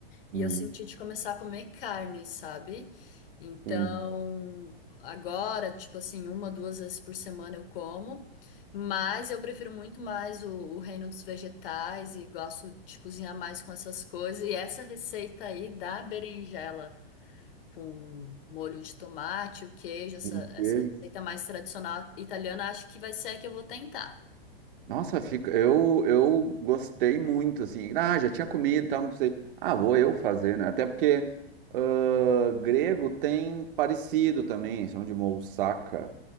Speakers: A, on the left (about 60°); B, on the right (about 60°).
A: E
B: Hum,
A: eu senti de começar a comer carne, sabe? Então,
B: sim.
A: agora, tipo assim, uma, duas vezes por semana eu como, mas eu prefiro muito mais o, o reino dos vegetais e gosto de cozinhar mais com essas coisas. E essa receita aí da berinjela com molho de tomate, o queijo, essa,
B: Sim.
A: essa receita mais tradicional italiana, acho que vai ser a que eu vou tentar.
B: Nossa, fica, eu, eu gostei muito, assim. Ah, já tinha comido e tal, não sei. Ah, vou eu fazer, né? Até porque ah, grego tem parecido também, são de moussaka.